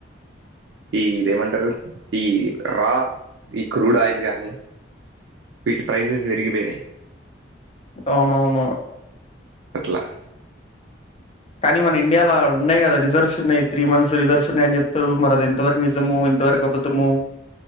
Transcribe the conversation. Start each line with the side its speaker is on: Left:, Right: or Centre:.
Right: ఈ ఇదేమంటారు ఈ రా ఈ క్రూడ్ ఆయిల్ గాని వీటి ప్రైసెస్ విరిగిపోయినయి
Left: అవునవును
Right: అట్ల
Left: కానీ మన ఇండియాలో ఉన్నాయి కదా రిజర్వ్స్ ఉన్నాయి త్రీ మంత్స్ రిజర్వ్స్ ఉన్నాయని చెప్తారు మరి అది ఎంతవరకు నిజము ఎంతవరకు అబద్ధము